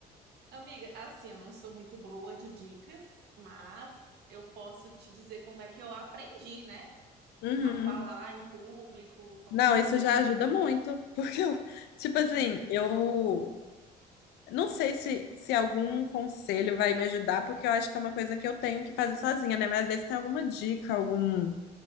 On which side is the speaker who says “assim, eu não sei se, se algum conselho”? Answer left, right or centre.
Left